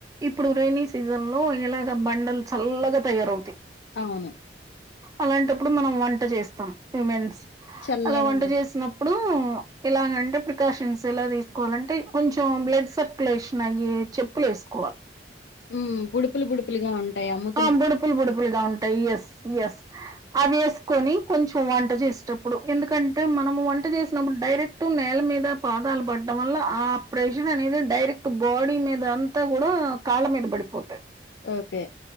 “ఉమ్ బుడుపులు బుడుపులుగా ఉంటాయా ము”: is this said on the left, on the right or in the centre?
Left